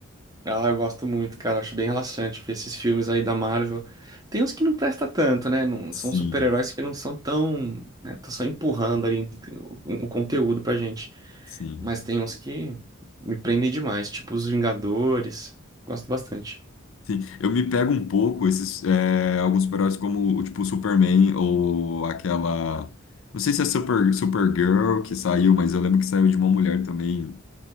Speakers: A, on the right; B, on the left.
A: Ah, eu gosto muito, cara. Acho bem relaxante ver esses filmes aí da Marvel. Tem uns que não presta tanto, né? Não,
B: Sim,
A: são super-heróis que não são tão, né? Tá só empurrando ali o, o conteúdo pra gente.
B: sim.
A: Mas tem uns que me prendem demais, tipo os Vingadores. Gosto bastante.
B: Sim, eu me pego um pouco esses é, alguns super-heróis como tipo o Superman ou aquela não sei se é Super Supergirl que saiu, mas eu lembro que saiu de uma mulher também